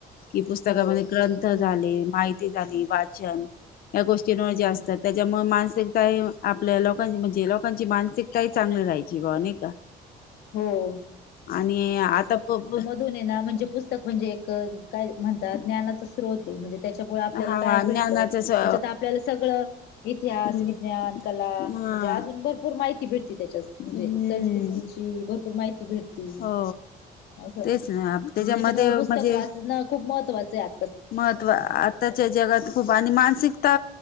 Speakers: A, on the left; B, on the left.
A: कि पुस्तकामध्ये
B: हो
A: ग्रंथ
B: पण
A: झाले, माहिती झाली, वाचन या गोष्टींवर
B: हम्म
A: जे असतात. त्याच्यामुळे मानसिकता, ही आपल्या लोकांची म्हणजे लोकांची मानसिकताही चांगली राहायची बॉ नही का. <inaudible>
B: हो!
A: आणि आता प-प.
B: जून ये ना म्हणजे पुस्तक म्हणजे एक क काय म्हणतात ज्ञानाचा स्रोत ते म्हणजे त्याच्यामुळ आपल्याला
A: हा
B: काय भेटतं,
A: ज्ञानाच अस अ
B: त्याच्यात आपल्याला सगळं इतिहास,
A: हम्म
B: विज्ञान, कला,
A: हा
B: म्हणजे अजून भर पूर माहिती भेटते त्याच्यात म्हणजे
A: हम्म
B: संस्कृतीची भरपूर माहिती भेट ती
A: हो
B: असं
A: तेच ना त्याच्यामध्ये
B: त्याच्यामुळ पुस्तक
A: म्हणजे
B: वाचणं खूप महत्वाचं आहे आ
A: महत्त्व आताच्या जगात खूप, आणि मानसिकता